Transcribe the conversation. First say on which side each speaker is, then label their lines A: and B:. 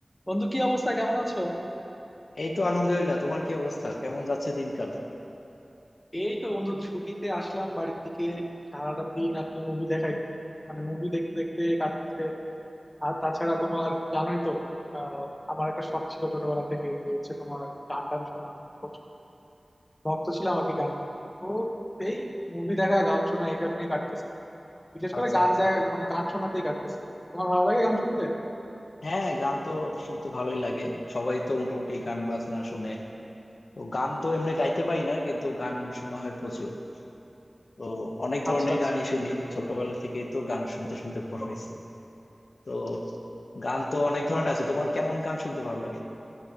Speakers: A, on the left; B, on the left.
A: বন্ধু কি অবস্থা কেমন আছো
B: এই তো আলহামদুলিল্লাহ তোমার কি অবস্থা কেমন যাচ্ছে দিনকাল
A: এই তো বন্ধু ছুটিতে আসলাম বাড়ির দিকে সারাটা দিন আর কি মুভি দেখাই মানে মুভি দেখতে দেখতে কাটতেছে আর তাছাড়া তোমার জানোই তো আহ আমার একটা শখ ছিল ছোটবেলা থেকে যে হচ্ছে তোমার গান টান শোনা প্রচুর ভক্ত ছিলাম আর কি গান তো এই মুভি দেখা গান শোনা এইসব নিয়ে কাটতেছে বিশেষ করে
B: আচ্ছা
A: গান
B: আচ্ছা
A: দেখ মানে গান শোনাতেই কাটতেছে তোমার ভালো লাগে গান শুনতে
B: হ্যাঁ গান তো শুনতে ভালোই লাগে সবাই তো মোটামুটি গান বাজনা শুনে তো গান তো এমনি গাইতে পারি না কিন্তু গান শোনা হয় প্রচুর তো অনেক ধরনের
A: আচ্ছা আচ্ছা
B: গানই শুনি ছোটবেলা থেকেই তো গান শুনতে শুনতে বড়
A: তো
B: হয়েছি তো গান তো অনেক ধরনের আছে তোমার কেমন গান শুনতে ভালো লাগে